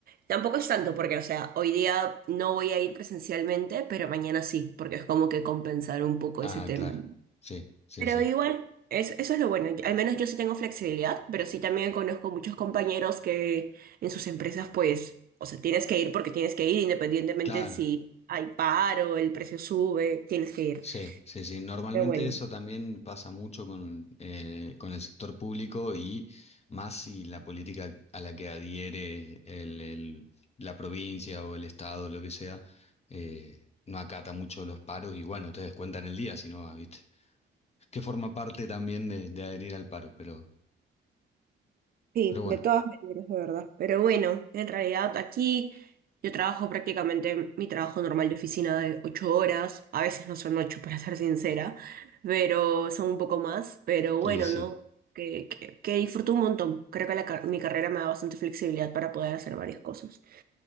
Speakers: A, on the right; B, on the left.
A: Tampoco es tanto porque, o sea, hoy día no voy a ir presencialmente, pero mañana sí, porque es como que compensar un poco
B: Ah,
A: ese tema.
B: claro. Sí, sí,
A: Pero
B: sí.
A: igual, es, eso es lo bueno. Al menos yo sí tengo flexibilidad, pero sí también conozco muchos compañeros que en sus empresas, pues, o sea, tienes que ir porque tienes que ir, independientemente
B: Claro,
A: si hay paro, el precio sube, tienes que ir.
B: sí, sí, sí. Normalmente
A: Pero bueno.
B: eso también pasa mucho con, eh, con el sector público y más si la política a la que adhiere el- el- la provincia o el estado, lo que sea, eh, no acata mucho los paros y bueno, ustedes cuentan el día si no, ¿viste? Que forma parte también de, de adherir al paro, pero,
A: Sí,
B: pero bueno,
A: de todas maneras, de verdad. Pero bueno, en realidad aquí yo trabajo prácticamente mi trabajo normal de oficina de ocho horas. A veces no son ocho, <laughs> para ser sincera, pero son un poco más. Pero bueno,
B: y sí.
A: ¿no? Que, que, que disfruto un montón. Creo que la car- mi carrera me da bastante flexibilidad para poder hacer varias cosas.